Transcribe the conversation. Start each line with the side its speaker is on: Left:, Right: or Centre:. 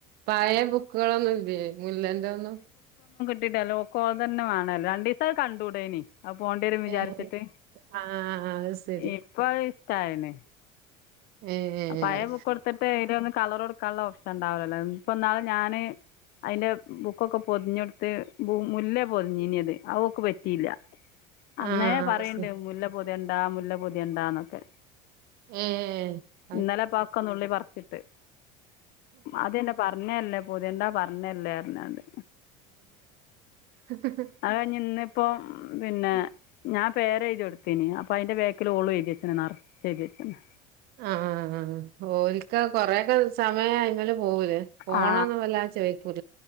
Right: പഴയ ബുക്കുകളൊന്നും ഇല്ലേ മുല്ലന്റെ ഒന്നും
Left: <unintelligible> ഓക്ക് ഓളത് തന്നെ വേണല്ലോ രണ്ടി <unintelligible> കണ്ടുടേനി ആ പോണ്ടി വരും വിചാരിച്ചിട്ട്
Right: ഏഹ് ആഹ് അത് ശരി
Left: ഇപ്പൊ <unintelligible> താഴെന്നെ
Right: ഏഹ്
Left: പഴയ ബുക്ക്‌ കൊടുത്തിട്ട് അതില് ഒന്നും കളർ കൊടുക്കാനുള്ള ഓപ്ഷൻ ഉണ്ടാവൂലല്ലോ ഇപ്പൊ ഇന്നാള് ഞാന് അതിന്റെ ബുക്കൊക്കെ പൊതിഞ്ഞെടുത്ത് മു മുല്ലേ പൊതിഞ്ഞീനത് അവക്ക് പറ്റിയില്ല അന്നേ
Right: ആഹ്
Left: പറയണ്ട്
Right: അത് ശരി
Left: മുല്ലപൊ തിയണ്ടാ മുല്ല പൊതിയണ്ടാന്നൊക്കെ
Right: എ എ
Left: ഇന്നലെപ്പ അതൊക്കെ നുള്ളി പറ ഇട്ട് അതെന്നെ പറഞ്ഞയല്ലേ പൊതിയണ്ടാ പറഞ്ഞല്ലോ ഇരഞ്ഞാണ്ട്
Right: ഏഹ്
Left: അത് കയിഞ്ഞ് ഇന്നിപ്പോ പിന്നെ ഞാൻ പേര് എഴുതി എടു പിന്നെ അപ്പൊ അയ്ന്റെ ബേക്ക്ൽ ഓളും എഴുതി വെച്ചനു നെറച്ചു എഴുതി വെച്ചിന്
Right: ആഹ് ഓൽക് കൊറെയൊക്കെ സമയായാലും പൂവൂല ഫോണൊന്നും
Left: ആ
Right: വല്ലാതെ ചോയ്ക്കുല